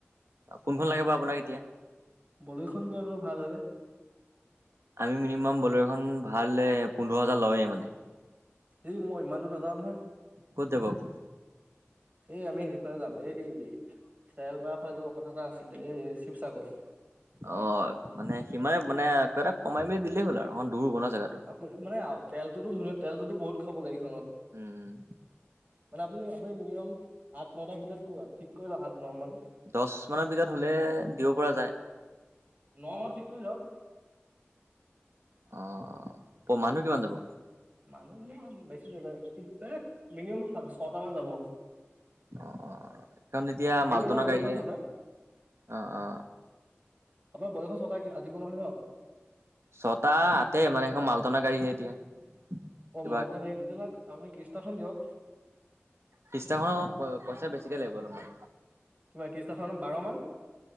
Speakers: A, on the right; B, on the right.
A: কোনখন লাগে বা আপোনাক এতিয়া?
B: বলেৰোখন কিমান লয় ভাল হলে।
A: আমি মিনিমাম বলেৰখন ভাল পোন্ধৰ হাজাৰ লওঁৱেই মানে।
B: এই মই ইমান দূৰ নাযাওঁ নহয়।
A: ক'ত যাব আপুনি
B: এই আমি সেইফালে যাম এই চৰালপাৰ ফালে যাব কথা এটা আছিলে এই শিৱসাগৰ
A: অ মানে সিমানে মানে কিবা এটা কমাই মেলি দিলেই হ'ল আৰু অকমান দূৰ হ'ব ন। জেগাটো
B: আপু মানে তেলতোতো মোৰ তেলতো বহুত খাব গাড়ীখনত।
A: উম,
B: মানে আপুনি আপুনি মিনিমাম আঠ নটাৰ ভিতৰত ক ঠিক কৰি লক আঠ ন মান।
A: দচ মানৰ ভিতৰত হলে দিব পৰা যায়।
B: ন ঠিক কৰি ধৰক।
A: অ প মানুহ কিমান যাব?
B: মানুহ ইমান বেছি নযায় মিনিমাম ছটা মান যাব।
A: অ অ কাৰণ এতিয়া
B: ৰাতিপুৱা
A: মালটনা
B: নহয় বলেৰ'খন
A: গাড়ীয়ে
B: ছটা
A: অ অ।
B: আপোনাৰ বলেৰ'খন ছটা ৰাতিপুৱা নহয় ন
A: ছটা আতে মানে এখন মালটনা গাড়ীহে এতিয়া
B: অ
A: কিবা
B: মাল টনা গাড়ী তেতিয়াহলে <unintelligible> আপুনি কিষ্টাখন দিয়ক
A: কিষ্টা খন পইচা বেছিকে লাগিব অলপমান
B: কিমান ত্ৰিছটাখনত বাৰ মান